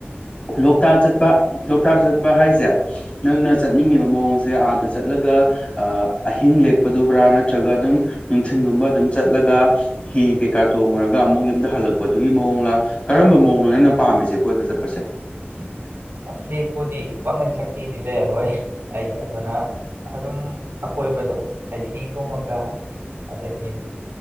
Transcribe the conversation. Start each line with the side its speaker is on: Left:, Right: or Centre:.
Left: ꯂꯣꯛꯇꯥꯛ ꯆꯠꯄ ꯂꯣꯛꯇꯥꯛ ꯆꯠꯄ ꯍꯥꯏꯁꯦ ꯅꯪꯅ ꯆꯠꯅꯤꯡꯉꯤꯕ ꯃꯑꯣꯡꯁꯦ ꯑꯥꯗ ꯆꯠꯂꯒ ꯑꯍꯤꯡ ꯂꯦꯛꯄꯗꯨꯕ꯭ꯔꯥ ꯅꯠꯇ꯭ꯔꯒ ꯑꯗꯨꯝ ꯅꯨꯡꯊꯤꯤꯟꯒꯨꯝꯕ ꯑꯗꯨꯝ ꯆꯠꯂꯒ ꯍꯤ ꯀꯩꯀꯥ ꯇꯣꯡꯉꯨꯔꯒ ꯑꯃꯨꯛ ꯌꯨꯝꯗ ꯍꯜꯂꯛꯄꯗꯨꯒꯤ ꯃꯑꯣꯡꯂꯥ ꯀꯔꯝꯕ ꯃꯑꯣꯡꯅꯣ ꯅꯪꯅ ꯄꯥꯝꯃꯤꯁꯦ ꯀꯣꯏꯕ ꯆꯠꯄꯁꯦ <inaudible>
Right: ꯑꯁ ꯂꯦꯛꯄꯨꯗꯤ ꯄꯥꯒꯟ ꯁꯛꯇꯤꯗꯤ ꯂꯩꯔꯔꯣꯏ ꯑꯩ ꯑꯗꯨꯅ ꯑꯗꯨꯝ ꯑꯀꯣꯏꯕꯗꯣ ꯍꯥꯏꯗꯤ ꯍꯤ ꯇꯣꯡꯉꯒ ꯑꯗꯒꯤ